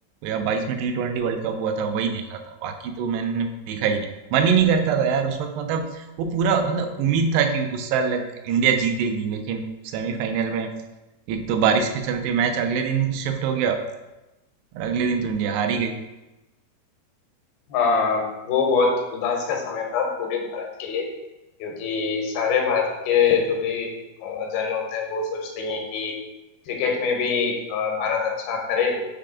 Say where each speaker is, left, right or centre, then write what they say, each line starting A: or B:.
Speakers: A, on the right; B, on the left.
A: या 22 में टी ट्वेंटी वर्ल्ड कप हुआ था वही देखा था बाकी तो मैंने देखा ही नहीं मन ही नहीं करता था यार उस वक्त मतलब वो पूरा मतलब उम्मीद था कि उस साल लग इंडिया जीतेगी लेकिन सेमीफाइनल में एक तो बारिश के चलते मैच अगले दिन शिफ्ट हो गया और अगले दिन तो इंडिया हार ही गई
B: था। अ, वो बहुत उदास का समय था पूरे भारत के लिए क्योंकि सारे भारत के जो भी अ, जन होते हैं वो सोचते हैं कि क्रिकेट में भी अ, भारत अच्छा करे